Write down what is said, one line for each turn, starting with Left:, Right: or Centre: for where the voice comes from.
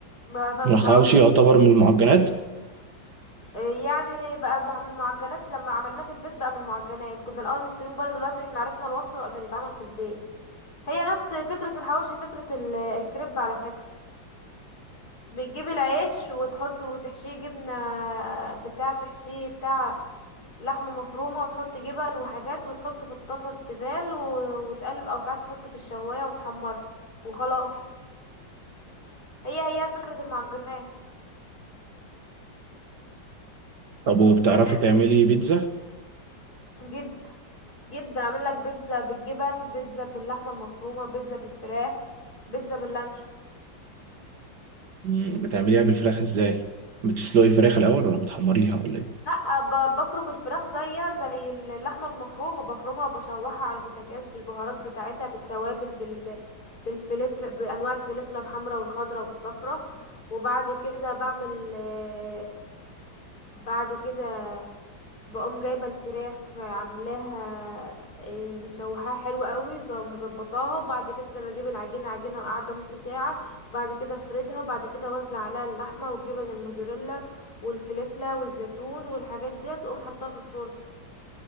Left: بعرف اعمل
Right: الحواوشي
Left: حواوشي
Right: يعتبر من المعجنات
Left: آه يعني بقى مع- من المعجنات لما عملناه في البيت بقى من المعجنات كنا الاول نشتري من بره دلوقتي احنا عرفنا الوصفه قبل ما يتعمل في البيت هي نفس فكره الحواوشي فكره ال- الكريب على فكره بتجيب العيش وتحط وتحشيه جبنه بتاع تحشيه بتاع لحمه مفرومه وتحط جبن وحاجات وتحط في الطاسه تبال و- وتقلب او ساعات تحطه في الشوايه وتحمره وخلاص هي هي فكره المعجنات
Right: طب وبتعرفي
Left: تمام
Right: تعملي بيتزا
Left: جدا جدا اعمل لك بيتزا بالجبن بيتزا باللحمه المفرومه بيتزا بالفراخ بيتزا باللانشو
Right: مم. بتعمليها بالفراخ ازاي بتسلقي الفراخ الاول ولا بتحمريها ولا ايه
Left: لا ب- بفرم الفراخ زيها زي اللحمه المفرومه بفرمها وبشوحها على البوتاجاز بالبهارات بتاعتها بالتوابل بال بالفلف بانواع الفلفله الحمراء والخضراء والصفراء وبعد كده بعمل آه، بعد كده بقوم جايبة الفراخ عاملاها إيه، مشوحاها حلو قوي ز- مظبطاها وبعد كده بجيب العجينة عجينة قاعدة نص ساعة وبعد كده افردها وبعد كده اوزع عليها اللحمة والجبن الموزاريلا والفلفلة والزيتون والحاجات ديت واقوم حطاها في الفرن